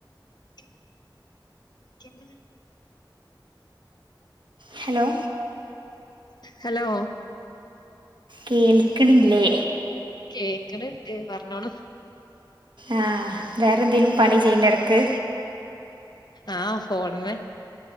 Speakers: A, on the left; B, on the right.
A: <unintelligible>
B: ഹലോ
A: ഹലോ
B: കേൾക്കണില്ലേ?
A: കേക്കണ് ണ്ട് പറഞ്ഞോളു.
B: ആഹ് വേറെന്തേലും പണി ചെയ്യന്നെടക്ക്
A: ആഹ് ഫോണുമ്മേ